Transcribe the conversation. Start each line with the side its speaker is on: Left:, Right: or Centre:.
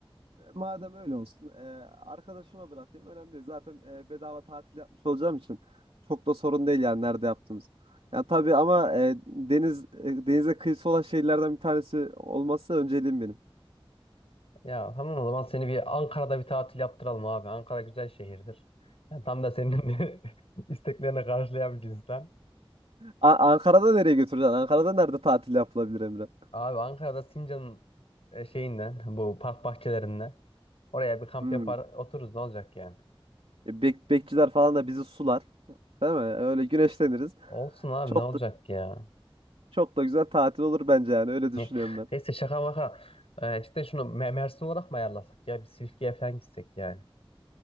Right: Madem öyle olsun, e, arkadaşıma bırakayım. Önemli değil. Zaten e, bedava tatil yapmış olacağım için çok da sorun değil yani nerede yaptığımız. Yani tabii ama e, deniz e, denize kıyısı olan şehirlerden bir tanesi olması önceliğim benim.
Left: Ya tamam o zaman seni bir Ankara'da bir tatil yaptıralım abi. Ankara güzel şehirdir. Yani tam da senin <laughs> isteklerine karşılayan bir cinsten.
Right: A- Ankara'da nereye götüreceksin? Ankara'da nerede tatil yapılabilir Emre?
Left: Abi Ankara'da Sincan'ın e, şeyinden bu park bahçelerinden oraya bir kamp
Right: Hmm.
Left: yapar otururuz ne olacak yani.
Right: E, Bek bekçiler falan da bizi sular. Değil mi? Öyle güneşleniriz.
Left: Olsun abi
Right: Çok
Left: ne olacak
Right: da
Left: ya.
Right: çok da güzel tatil olur bence yani. Öyle düşünüyorum
Left: Ne,
Right: ben.
Left: neyse şaka maka. E, cidden şunu Me- Mersin olarak mı ayarlasak ya? Bir Silifke'ye falan gitsek yani.